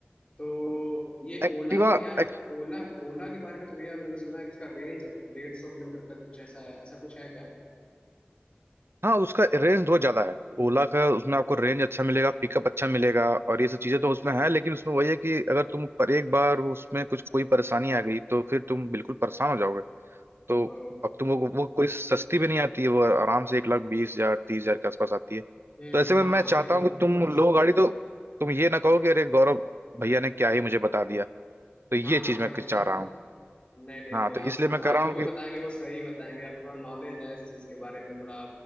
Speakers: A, on the left (about 30°); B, on the right (about 80°).
A: तो ये
B: एक्टिवा
A: ओला तो भैया
B: एक,
A: ओला ओला के बारे में तो भैया मैंने सुना है कि उसका रेंज डेढ़ सौ किलोमीटर तक कुछ ऐसा है ऐसा कुछ है क्या
B: हाँ उसका रेंज बहुत ज्यादा है ओला का उसमें आपको रेंज अच्छा मिलेगा पिकअप अच्छा मिलेगा और ये सब चीजें तो उसमें है लेकिन उसमें वही है कि अगर तुम पर एक बार उसमें कुछ कोई परेशानी आ गई तो फिर तुम बिल्कुल परेशान हो जाओगे तो
A: ओ
B: अब तुम वो, वो कोई सस्ती भी नहीं आती है वो आराम से एक लाख बीस हजार तीस हजार के आसपास आती है
A: हम्म
B: तो ऐसे
A: हम्म,
B: में
A: हाँ
B: मैं चाहता
A: एक लाख
B: हूँ कि
A: तो
B: तुम
A: प्लस
B: लो
A: है
B: गाड़ी तो तुम ये ना कहो कि अरे गौरव भैया ने क्या ही मुझे बता दिया तो ये
A: हाँ हाँ
B: चीज
A: भैया
B: मैं चाह रहा
A: <laughs>
B: हूँ
A: नहीं नहीं
B: हाँ
A: भैया
B: तो
A: आप
B: इसलिए
A: तो
B: मैं
A: आप
B: कह रहा
A: जो
B: हूँ
A: भी
B: कि
A: बताएंगे वो सही बताएंगे आपको थोड़ा नॉलेज है इस चीज़ के बारे में थोड़ा